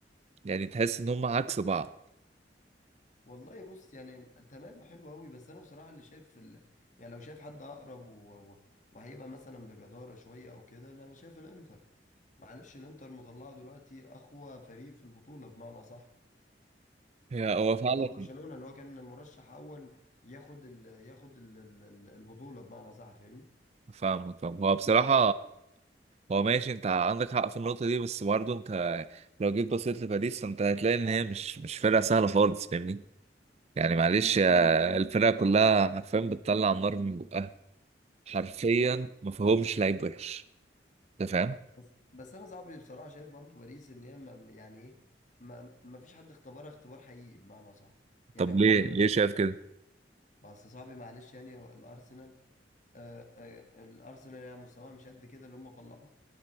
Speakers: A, on the right; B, on the left.
A: يعني تحس ان هما عكس بعض
B: والله بص يعني تمام حلو قوي بس انا بصراحه اللي شايف في ال... يعني لو شايف حد اقرب و... و... وهيبقى مثلا بجداره شويه او كده لا انا شايف الانتر معلش الانتر مطلعه دلوقتي اقوى فريق في البطوله بمعنى صح
A: هي- هو
B: اللي
A: فعلا
B: هو برشلونه اللي هو كان مرشح اول ياخد ال... ياخد ال... ال- ال- البطوله بمعنى صح فاهمني
A: فاهمك فاهم هو بصراحة هو ماشي انت عندك حق في النقطة دي بس برضه انت لو جيت بصيت لباريس فانت هتلاقي ان هي مش مش فرقة سهلة خالص فاهمني يعني معلش يا- الفرقة كلها حرفيا بتطلع نار من بقها حرفيا
B: والله-
A: ما فيهمش لعيب وحش انت فاهم
B: بس بس انا صعب بصراحه شايف برضو باريس ان هي ما... يعني ايه ما... ما فيش حد اختبرها اختبار حقيقي بمعنى صح يعني
A: طب
B: حوار
A: ليه ليه شايف كده
B: بس صعب معلش يعني الارسنال آه، آه، الارسنال يعني مستواه مش قد كده اللي هم طلعوه